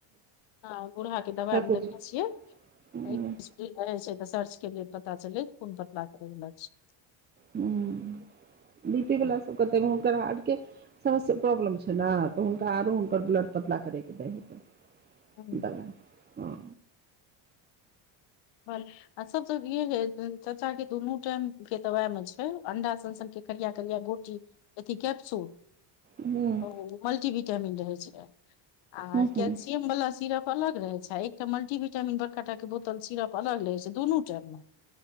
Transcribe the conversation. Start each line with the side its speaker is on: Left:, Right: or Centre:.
Left: हँ बूढ़ाहाके दबाइमे
Right: ठाकुर
Left: देखैने
Right: जी
Left: छियै
Right: हूँ
Left: कि करै छै तऽ सर्चे केलियै पता चल कोन पतला करै वाल छै
Right: हूं बी
Left: छै
Right: पी वला सबके त <unintelligible> मुम के राहर के समस्य प्रॉब्लम छै ने तऽ हुनका आरो हुनकर ब्लड पतला करयके दै लेल
Left: हूँ
Right: दबा हँ
Left: बाल <unintelligible> आ सबसँ चाचा के दुन्नू टाइम के दबाई मे छै अंडा सनसन के करिया करिया गोटी अथि कैप्सूल
Right: हूँ
Left: ओ मल्टी विटामिन रहै छै आ
Right: हूँ हूँ
Left: कैलसियम वाला सिरप अलग रहै छै एकटा मल्टीविटामिन बड़काटा के बोतल सिरप अलग लै छै दुनू टाइम मे